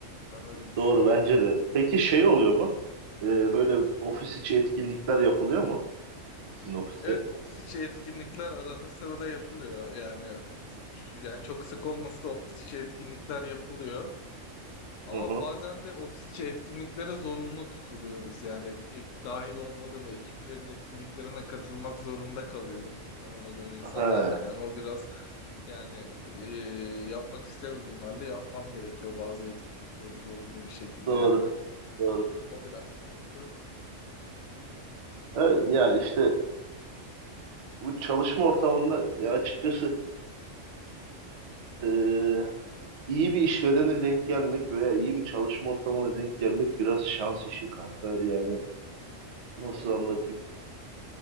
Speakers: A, on the left; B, on the right.
A: Ben öyle düşünüyorum.
B: Doğru bence de. Peki şey oluyor mu? Ee, böyle ofis içi etkinlikler yapılıyor mu sizin ofiste?
A: Evet ofis içi etkinlikler arada sırada yapılıyor. Yani yani çok sık olmasa da ofis içi etkinlikler yapılıyor. Ama
B: Hı hı.
A: bazen de ofis içi etkinliklere zorunlu tutuluyoruz. Yani ilk dahil olmadığım ekiplerin etkinliklerine katılmak zorunda kalıyorum tanımadığım insanlarla.
B: He,
A: Yani o biraz yani e, yapmak istemediğim halde yapmam gerekiyor bazı etkinlikleri zorunlu bir şekilde
B: doğru.
A: yani.
B: Doğru.
A: O biraz sıkıntı.
B: Evet, ya işte bu çalışma ortamında ya açıkçası e, iyi bir işverene denk gelmek veya iyi bir çalışma ortamına denk gelmek biraz şans işi kanka. Yani nasıl anlatayım?